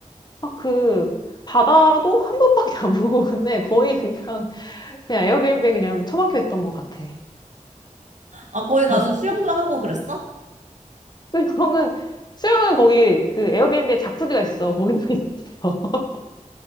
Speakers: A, on the left (about 30°); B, on the right (about 65°).
A: 막 그, 바다도 한 번밖에 안 보고, <laughs> 근데 거의 그냥, 그냥 에어비앤비에 그냥 처박혀 있던 것 같아.
B: 아, 거기 가서
A: <laughs>
B: 수영도 하고 그랬어?
A: 수영은, 수영은 거기 그 에어비앤비에 자쿠지가 있어. 거기서 있어. <laughs>